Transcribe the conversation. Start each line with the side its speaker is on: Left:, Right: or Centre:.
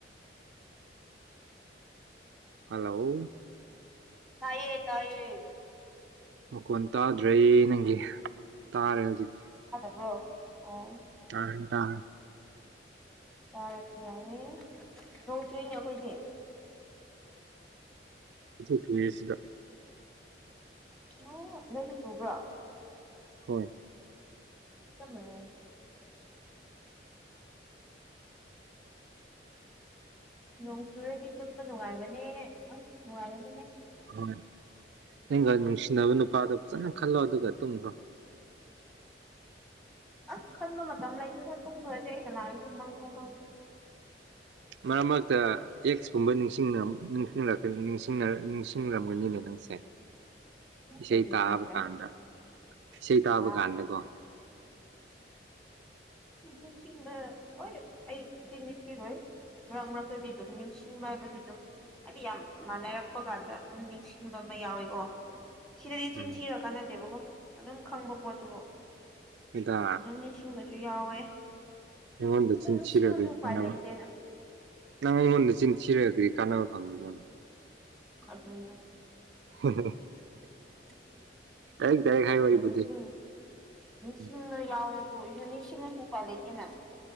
Right: ꯍꯜꯂꯣ
Centre: ꯇꯥꯏꯌꯦ ꯇꯥꯏꯌꯦ
Right: ꯃꯈ‌ꯣꯟ ꯇꯥꯗ꯭ꯔꯦ ꯅꯪꯒꯤ ꯇꯥꯔꯦ ꯍꯧꯖꯤꯛꯇꯤ
Centre: ꯕ꯭ꯔꯣ ꯑꯣ
Right: <unintelligible>
Centre: ꯇꯥꯔꯦ ꯌꯥꯔꯦ ꯅ‌ꯣꯡ ꯆꯨꯏꯅ ꯈꯣꯏꯗꯤ
Right: <unintelligible> ꯁꯤꯗ
Centre: ꯑꯣ ꯅ‌ꯣꯏꯁꯨ ꯆꯨꯕ꯭ꯔ‌ꯣ
Right: ꯍꯣꯏ
Centre: <unintelligible> ꯅꯣꯡ ꯆꯨꯔꯗꯤ ꯇꯨꯝꯕ ꯅꯨꯡꯉꯥꯏꯕꯅꯦ ꯑꯁ ꯅꯨꯡꯉꯥꯏꯔꯅꯤꯍ‌ꯦ
Right: ꯍ‌ꯣꯏ ꯅꯪꯒ ꯅꯨꯡꯁꯤꯅꯕ ꯅꯨꯄꯥꯗꯣ ꯐꯖꯅ ꯈꯜꯂꯣ ꯑꯗꯨꯒ ꯇꯨꯝꯕ꯭ꯔꯣ
Centre: ꯑꯁ ꯈꯟꯕ ꯃꯇꯝ ꯂꯩꯇꯦꯗ ꯇꯨꯡꯈ꯭ꯔꯗꯤꯦ ꯑꯩ ꯀꯅꯥꯒꯁꯨ ꯃꯪꯕꯥꯎ ꯃꯪꯗꯦ
Right: ꯃꯔꯛ ꯃꯔꯛꯇ ꯑꯦꯛꯁꯀꯨꯝꯕ ꯅꯤꯡꯁꯤꯡ ꯅꯤꯡ ꯅꯤꯡ ꯅꯤꯡꯁꯤꯡꯔꯝꯒꯅꯤꯅꯦ ꯅꯪꯁꯦ ꯏꯁꯩ
Centre: ꯀꯩꯒꯤꯅꯣ
Right: ꯇꯥꯕ
Centre: ꯍꯥꯏꯁꯦ
Right: ꯀꯥꯟꯗ ꯏꯁꯩ ꯇꯥꯕ
Centre: ꯋꯥꯎ
Right: ꯀꯥꯟꯗꯀꯣ
Centre: ꯅꯤꯡꯁꯤꯡꯕ ꯍꯣꯏ ꯑꯩ ꯆꯤꯟꯗꯤ ꯊꯤꯔꯣꯏ ꯃꯔꯛ ꯃꯔꯛꯇꯗꯤ ꯑꯗꯨꯝ ꯅꯤꯡꯁꯤꯡꯕ ꯍꯥꯏꯕꯁ ꯑꯗꯨꯝ ꯍꯥꯏꯗꯤ ꯌꯥꯝ ꯃꯥꯟꯅꯔꯛꯄ ꯀꯥꯟꯗ ꯑꯗꯨꯝ ꯅꯤꯡꯁꯤꯡꯕ ꯑꯃ ꯌꯥꯎꯋꯦꯀꯣ ꯁꯤꯗꯗꯤ ꯆꯤꯟꯊꯤꯔ
Right: ꯎꯝ
Centre: ꯀꯥꯟꯅꯗꯦꯕꯀꯣ ꯑꯗꯨꯝ ꯈꯪꯕ ꯄꯣꯠꯇꯨꯕꯨ
Right: ꯏꯇꯥ
Centre: ꯑꯗꯨ ꯅꯤꯡꯁꯤꯡꯕꯁꯨ ꯌꯥꯎꯋꯦ
Right: ꯑꯩꯉꯣꯟꯗ
Centre: ꯑꯗꯨ
Right: ꯆꯤꯟꯁꯤꯔꯈꯣꯏ
Centre: ꯅꯤꯡꯁꯤꯡꯉꯁꯨ ꯎꯄꯥꯏ
Right: <unintelligible>
Centre: ꯂꯩꯇꯦꯅ
Right: ꯅꯪ ꯑꯩꯉꯣꯟꯗ ꯆꯤꯟ ꯊꯤꯔꯒ ꯀꯔꯤ ꯀꯥꯟꯅꯕ ꯐꯪꯒ‌ꯦꯔ
Centre: ꯑꯗꯨꯅ‌ꯦ
Right: <inaudible>
Centre: <unintelligible>
Right: ꯗꯥꯏꯔꯦꯛ ꯗꯥꯏꯔꯦꯛ ꯍꯥꯏꯌꯣ ꯑꯩꯕꯨꯗꯤ
Centre: ꯃꯦꯁꯤꯡꯟꯗ
Right: ꯎꯝ
Centre: ꯌꯥꯎꯋꯦ ꯌꯨꯅꯤꯛꯁꯤꯅꯁꯨ ꯎꯄꯥ ꯂꯩꯇ‌ꯦꯅ